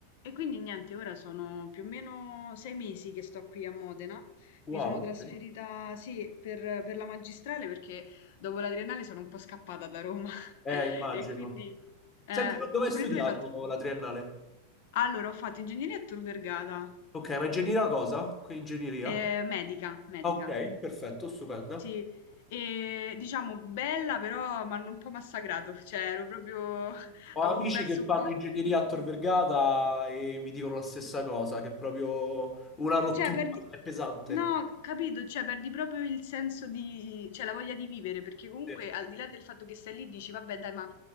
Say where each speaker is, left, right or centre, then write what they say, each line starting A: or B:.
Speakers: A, on the left; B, on the left.
A: E quindi niente, ora sono più o meno sei mesi che sto qui a Modena.
B: Wow,
A: Mi sono trasferita,
B: ok.
A: sì, per, per la magistrale perché dopo la triennale sono un po' scappata da Roma. <laughs>
B: eh, immagino.
A: E quindi, eh,
B: Senti, ma dove hai
A: pure
B: studiato
A: tu hai fatto...
B: la triennale?
A: Allora, ho fatto ingegneria a Tor Vergata,
B: Ok, ma ingegneria cosa? Qui ingegneria?
A: eh, medica, medica,
B: Ah, Ok, perfetto, stupenda.
A: sì. E diciamo bella, però mi hanno un po' massacrato, cioè ero proprio... <laughs>
B: Ho
A: avevo
B: amici
A: perso
B: che
A: un
B: fanno
A: po'...
B: ingegneria a Tor Vergata e mi dicono la stessa cosa, che è proprio una rottura,
A: Cioè perdi
B: è pesante.
A: no, capito, cioè perdi proprio il senso di cioè la voglia di vivere, perché comunque
B: Eh,
A: al di là del fatto che stai lì dici vabbè dai, ma